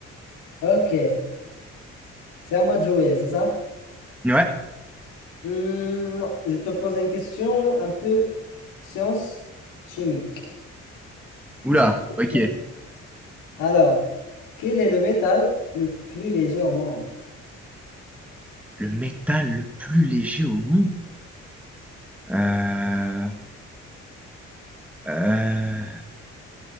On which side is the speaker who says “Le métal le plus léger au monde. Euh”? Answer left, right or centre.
Centre